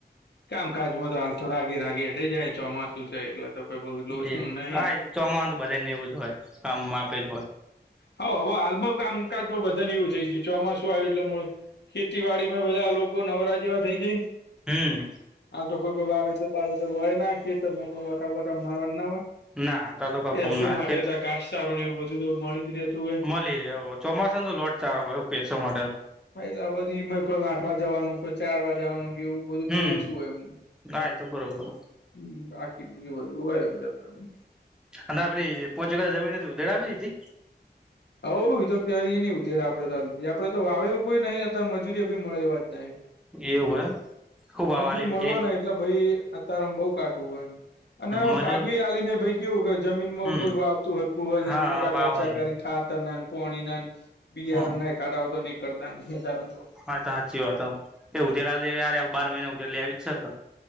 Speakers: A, on the left (about 75°); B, in the centre.
A: કામકાજમાં તો હાલ તો રાગી રાગી હ જાય ચોમાસું છે એટલે તો કોઈ બહુ એટલું બધું
B: એ
A: નહી
B: હા એ તો ચોમા તો બધા ને એવું જ હોય કામ આપે જ હોય
A: હ હવે હાલમાં કામકાજમાં બધાને એવું થઈ ગ છે ચોમાસું આવ્યું એટલે ખેતીવાડીમાં બધા લોકો નવરા જેવા થઈ જાયશ
B: હમ્મ
A: હાલ તો કોઈ કોઈ વાવેતર વાવેતર હોય નાખી કોઈ વટાબોટા મારવા ના હોય
B: ના તા તો કોઈ
A: ત્યા
B: કોમ
A: શું
B: ના
A: માટે
B: ખેત
A: ત ઘાસચારું ને એવું બધું તો મળી જ રહે તું હોય
B: મળી રે ચોમાસામાં તો લોટ ચારો હોય <unintelligible> માટે
A: હા આ બાજુ કોઈ આઠ વા જવાનું કોઈ ચાર વા જવાનું કે એવું બધું
B: હમ
A: બો શું એમ
B: હા એ તો બરોબર
A: હમ્મ બાકી બધી બધું હોય એમ જન્વાની
B: અને આપડી પોહચ જમીન દેડાવી દીધી
A: હઉ એ તો કેય નઈ ઉધેર આપડે ચાલ આપડે તો વાવે એવું કોઈ નઈ ત્યારે મજૂરી ભી મળે એવા જ નહી
B: એવ એમ ખુબ હવા
A: મજૂર
B: આલી
A: મળવાના
B: કે
A: હોયે એટલે ભાઈ આતારમ બઉ કાટું હોય એમ અને
B: મજૂર
A: ભઘવી આલીને ભાઈ કેવું જમીનમાં
B: હમ
A: કોઈ વાવ તું હર કું હર
B: હા
A: ખોટા
B: વાવાની
A: ખર્ચા કરી ખાતર ના પોણી ના બિયારણ
B: હા
A: ના કાઢા તો નહી કરતા નારમ તો
B: હા તો સાચી વાત એ ઉધતરા દે બાર મહિના ઉતર લઈ આવી જ છે તો